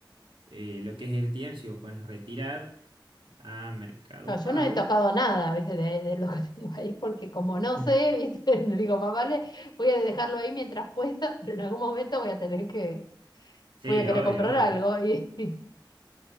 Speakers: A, on the right (about 80°); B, on the left (about 55°).
A: Eh, lo que es AirTM, si vos pones retirar a Mercado
B: No, yo
A: Pago.
B: no he tocado nada, ¿viste? De, de lo que tengo ahí, porque como no
A: <laughs>
B: sé, ¿viste? <laughs> Digo, más vale, voy a dejarlo ahí mientras pueda, <laughs> pero en algún momento voy a tener que,
A: Sí,
B: voy a querer
A: obvio,
B: comprar
A: obvio.
B: algo. Y... <laughs>